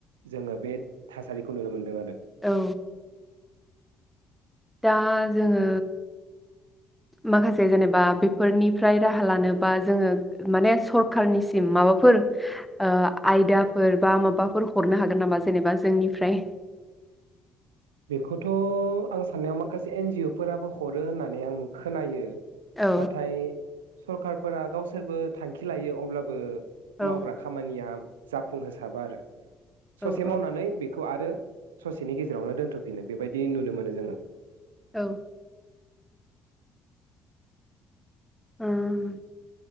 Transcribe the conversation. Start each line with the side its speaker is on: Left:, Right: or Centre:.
Right: जोङो बे थासारिखौ नुनो मोनदों आरो
Centre: औ आ जोङो माखासे जेनेबा बेफोरनिफ्राय राहा लानोबा जोङो माने सरखारनिसिम माबाफोर ओ आयदाफोर बा माबाफोर हरनो हागोन नामा जेनेबा जोंनिफ्राय?
Right: बेखौथ' आं साननायाव माखासे एन जि अ फोराबो हरो होननानै आं खोनायो।
Centre: औ
Right: नाथाय सरखारफोरा गावसोरबो थांखि लायो अब्लाबो
Centre: औ
Right: मावग्रा खामानिया जाफुंहोसाबा आरो
Centre: औ
Right: ससे
Centre: औ
Right: मावनानै बे खौ आरो ससेनि गेजेरावनो दोन थोफिनो बेबायदि नुनो मोनो जोङो।
Centre: औ उम